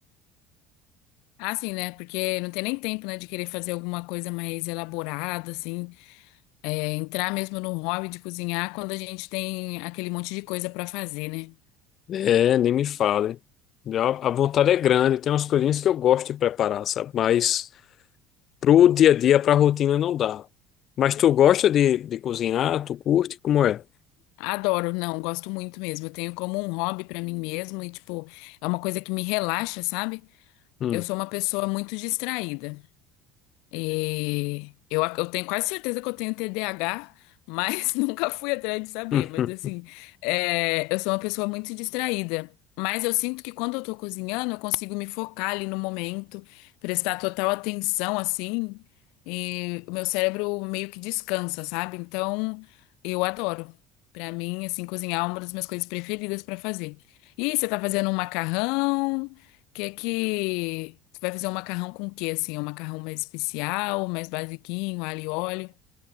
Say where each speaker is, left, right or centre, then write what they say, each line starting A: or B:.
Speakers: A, on the left; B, on the left.
A: Ah, sim, né? Porque não tem nem tempo, né, de querer fazer alguma coisa mais elaborada, assim, é, entrar mesmo no hobby de cozinhar quando a gente tem aquele monte de coisa pra fazer, né?
B: É, nem me fale. A a vontade é grande, tem umas coisinhas que eu gosto de preparar, sabe? Mas. Pro dia a dia, pra rotina, não dá. Mas tu gosta de, de cozinhar? Tu curte? Como é?
A: Adoro, não, gosto muito mesmo. Eu tenho como um hobby pra mim mesmo e, tipo, é uma coisa que me relaxa, sabe?
B: Hum,
A: Eu sou
B: <laughs>
A: uma pessoa muito distraída. E eu, ac- eu tenho quase certeza que eu tenho TDAH, mas <laughs> nunca fui atrás de saber.
B: hum,
A: Mas
B: hum.
A: assim, é, eu sou uma pessoa muito distraída. Mas eu sinto que quando eu tô cozinhando, eu consigo me focar ali no momento, prestar total atenção, assim, e o meu cérebro meio que descansa, sabe? Então, eu adoro. Pra mim, assim, cozinhar é uma das minhas coisas preferidas pra fazer. E você tá fazendo um macarrão? Que é que você vai fazer um macarrão com o quê assim? É um macarrão mais especial, mais basiquinho, alho e óleo.